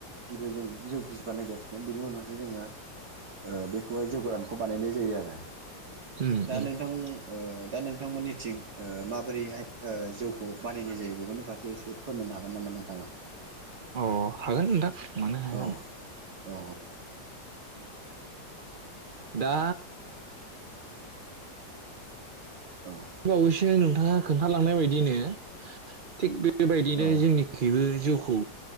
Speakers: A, on the right; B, on the right.
A: गिबियाव जों जौ गिसि बानाय <unintelligible> बिनि उनावसो जोङो ओ बेखौहाय जौगोरानखौ बानायनाय जायो आरो
B: उम
A: दा
B: उम
A: नोंथां ओ दा नोंथांमोननिथिं ओ माबोरैहाय ओ जौखौ बानायनाय जायो बेफोरनि फारसे एसे फोरमायनो हागोन नामा नोंथाङा
B: अ हागोन नोंथां मानो हाया जानो
A: औ औ
B: दा
A: औ
B: बावैसो नोंथाङा खोन्थालांनाय बायदिनो थिग बे बेबायदिनो
A: औ
B: जोंनिखिबो जौ खौ